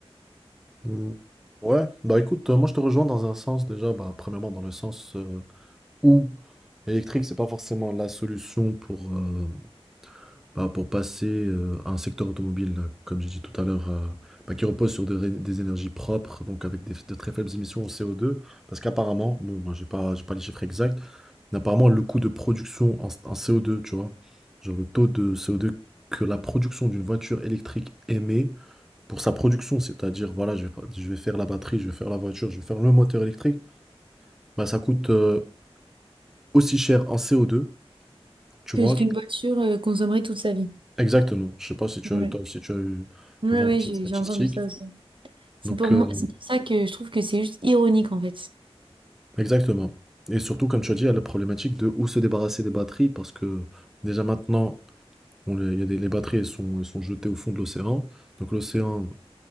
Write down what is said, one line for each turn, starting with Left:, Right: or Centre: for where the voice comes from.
Centre: Mm. Ouais, bah écoute, euh, moi je te rejoins dans un sens déjà, bah, premièrement dans le sens euh, où l'électrique, c'est pas forcément la solution pour, euh, bah, pour passer euh, à un secteur automobile, euh, comme j'ai dit tout à l'heure, euh, bah, qui repose sur des, ré- des énergies propres, donc avec des, de très faibles émissions en CO2, parce qu'apparemment, bon, moi j'ai pas, j'ai pas les chiffres exacts, mais apparemment le coût de production en, en CO2, tu vois, genre le taux de CO2 que la production d'une voiture électrique émet, pour sa production, c'est-à-dire voilà, je vais pas je vais faire la batterie, je vais faire la voiture, je vais faire le moteur électrique, bah, ça coûte, heu, aussi cher en CO2, tu
Right: Que
Centre: vois?
Right: ce
Centre: OK.
Right: qu'une voiture euh, consommerait toute sa vie.
Centre: Exactement, je sais pas si tu
Right: Oui,
Centre: as toi si tu as eu
Right: oui,
Centre: le vent
Right: oui,
Centre: de cette
Right: j'ai
Centre: statistique,
Right: j'ai entendu ça aussi. C'est
Centre: donc
Right: pour
Centre: heu,
Right: moi, c'est pour ça que je trouve que c'est juste ironique en fait.
Centre: exactement et surtout comme tu as dit, il y a la problématique de où se débarrasser des batteries parce que déjà maintenant, on les il y a des les batteries, elles sont elles sont jetées au fond de l'océan, donc l'océan,